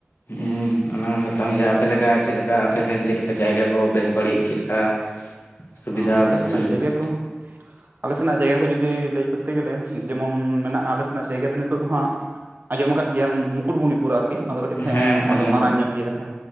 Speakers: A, on the left (about 65°); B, on the right (about 55°).
A: ᱦᱮᱸ ᱚᱱᱟ ᱥᱟᱛᱟᱢ ᱡᱟ ᱟᱯᱮ ᱞᱮᱠᱟ ᱪᱮᱫ ᱞᱮᱠᱟ ᱟᱯᱮᱥᱮᱱ ᱪᱮᱫ ᱞᱮᱠᱟ ᱡᱟᱭᱜᱟ ᱠᱚ ᱵᱮᱥ ᱵᱟᱹᱲᱤᱡ ᱪᱮᱫ ᱞᱮᱠᱟ? ᱥᱩᱵᱤᱫᱷᱟ
B: ᱚ ᱟᱞᱮ
A: ᱵᱮᱥ
B: ᱥᱮᱱᱟᱜ
A: ᱥᱩᱵᱤᱫᱷᱟ
B: ᱡᱟᱭᱜᱟ ᱠᱚ, ᱟᱞᱮ ᱥᱮᱱᱟᱜ ᱡᱟᱭᱜᱟ ᱠᱚ ᱡᱩᱫᱤ ᱞᱟᱹᱭ ᱠᱚᱨᱛᱮ ᱜᱮᱞᱮ ᱡᱮᱢᱚᱱ ᱢᱮᱱᱟᱜᱼᱟ ᱟᱞᱮ ᱥᱮᱱᱟᱜ ᱡᱟᱭᱜᱟ ᱫᱚ ᱱᱤᱛᱚᱜ ᱫᱚ ᱦᱟᱸᱜ, ᱟᱸᱡᱚᱢ ᱟᱠᱟᱫ ᱜᱮᱭᱟᱢ ᱢᱩᱠᱩᱴᱢᱩᱱᱤᱯᱩᱨ ᱟᱨᱠᱤ ᱚᱱᱟ ᱫᱚ ᱠᱟᱹᱴᱤᱡ
A: ᱦᱮᱸ ᱟᱸᱡᱚᱢ
B: ᱢᱟᱨᱟᱝ
A: ᱟᱠᱟᱫ ᱜᱤᱭᱟᱹᱧ
B: ᱧᱚᱜ ᱜᱮᱭᱟ ᱾ <inaudible>